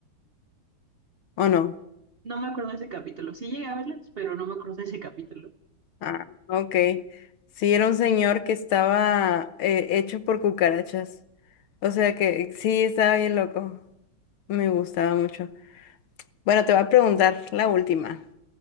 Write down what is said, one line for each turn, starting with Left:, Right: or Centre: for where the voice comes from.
Left: ¿o no?
Right: No me acuerdo de ese capítulo. Sí llegué a verlas, pero no me acuerdo de ese capítulo.
Left: Ah, ok. Sí, era un señor que estaba eh, hecho por cucarachas. O sea que sí, estaba bien loco. Me gustaba mucho. Bueno, te voy a preguntar la última,